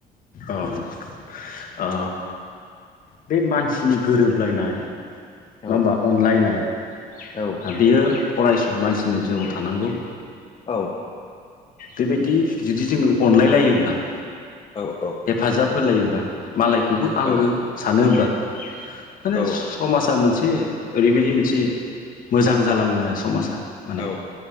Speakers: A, on the left; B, on the left.
A: औ औ ओ बे मानसिनि गोरोबलायनाय नंङा
B: होलाय
A: होमबा अनलायनाय
B: औ
A: आ बेयो अरायसम मानसिनि जिउआव थानांगौ।
B: औ
A: बेबायदि जुदि जोंङो अनलाय लायोब्ला
B: औ
A: हेफाजाब होलायोबा मालायखौबो आंगो
B: औ
A: सानोब्ला माने
B: औ
A: समाजा मोनसे से ओरैबायदि मोनसे मोजां जालांङो आरो समाजा। माने
B: औ